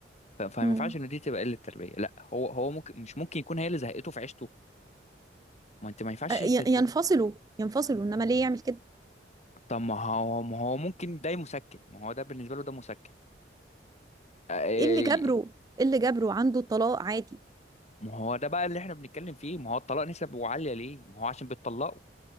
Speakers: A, on the left (about 40°); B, on the right (about 20°).
A: ف- فما
B: مم.
A: ينفعش ان دي تبقى قله تربيه لا هو هو ممكن مش ممكن يكون هي اللي زهقته في عيشته ما انت ما ينفعش ت-
B: ي-
A: ت-
B: ينفصلوا ينفصلوا إنما ليه يعمل كده
A: طب ما هو ما هو ممكن ده مسكن ما هو ده بالنسبه له ده مسكن آه،
B: إيه اللي جبره إيه اللي جبره عنده طلاق عادي
A: ما هو ده بقى اللي احنا بنتكلم فيه ما هو الطلاق نسبه عاليه ليه ما هو عشان بيتطلقوا